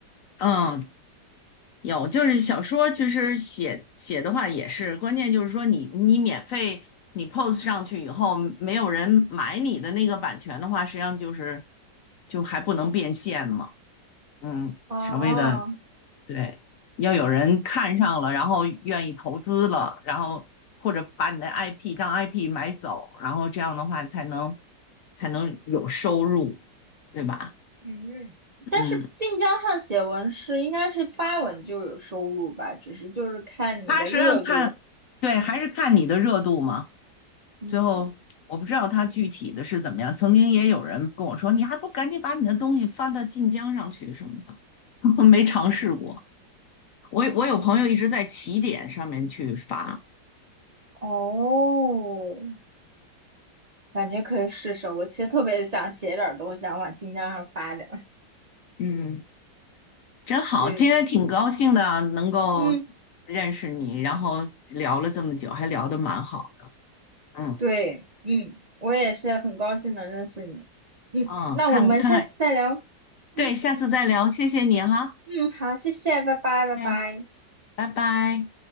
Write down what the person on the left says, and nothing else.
嗯，有，就是小说，其实写写的话也是，关键就是说你你免费你 post 上去以后，没有人买你的那个版权的话，实际上就是就还不能变现嘛。嗯，
稍微的对，要有人看上了，然后愿意投资了，然后或者把你的 IP 当 IP 买走，然后这样的话才能才能有收入，对吧？
嗯，
他实际上看，对，还是看你的热度嘛。
最后我不知道他具体的是怎么样。曾经也有人跟我说，你还不赶紧把你的东西发到晋江上去什么的，<laughs> 没尝试过。我我有朋友一直在起点上面去发，
嗯，真好，
今天挺高兴的能够
认识你，然后聊了这么久，还聊得蛮好，嗯
嗯，
看看看，
对，下次再聊，谢谢你哈，
哎，拜拜。